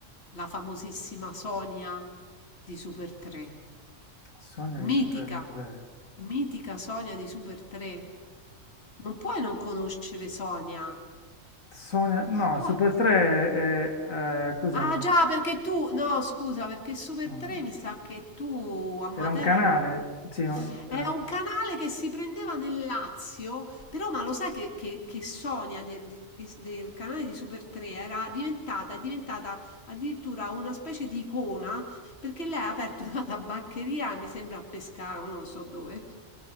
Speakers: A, on the left (about 50°); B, on the left (about 75°).
A: la famosissima Sonia di Super 3,
B: Sonia
A: mitica,
B: di Super 3.
A: mitica Sonia di Super 3. Non puoi non conoscere Sonia,
B: Sonia, no,
A: non puoi.
B: Super 3 è, eh, cos'è
A: Ah
B: un,
A: già, perché tu, no, scusa, perché Super
B: Sonia?
A: 3 mi sa che tu a Matera
B: Era un canale?
A: non...
B: Sì, no, era,
A: È un canale che si prendeva nel Lazio, però ma lo sai che, che- che Sonia de- di- di- del canale di Super 3 era diventata, è diventata addirittura una specie di icona, perché lei ha aperto <laughs> una tabaccheria, mi sembra a Pescara, ma non so dove,